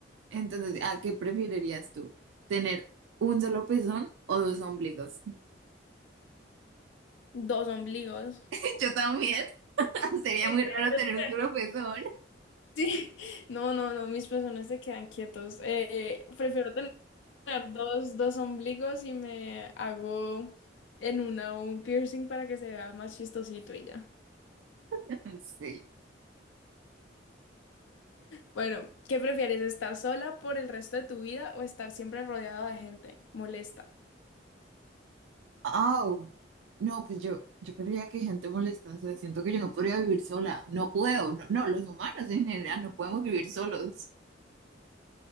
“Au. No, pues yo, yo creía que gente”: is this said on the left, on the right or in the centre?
Right